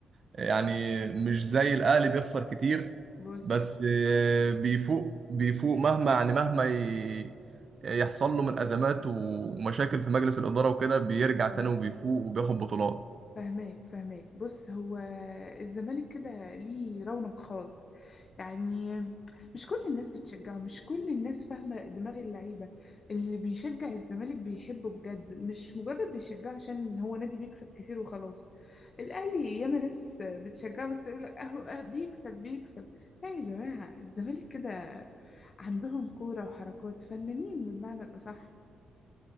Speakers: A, on the right; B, on the left.
A: يعني مش زي الاهلي بيخسر كتير
B: بص
A: بس آه، بيفوق بيفوق مهما يعني مهما ي- يحصل له من ازمات ومشاكل في مجلس الاداره وكده بيرجع تاني
B: اه
A: وبيفوق وبياخد بطولات
B: فهماك فهماك بص هو الزمالك كده ليه رونق خاص يعني مش كل الناس بتشجعه مش كل الناس فاهمة دماغ اللعيبة اللي بيشجع الزمالك بيحبه بجد مش مجرد بيشجعه عشان هو نادي بيكسب كتير وخلاص الأهلي ياما ناس بتشجعه بس يقول لك أهو أه بيكسب بيكسب لا يا جماعة الزمالك كده عندهم كورة وحركات فنانين بالمعنى الأصح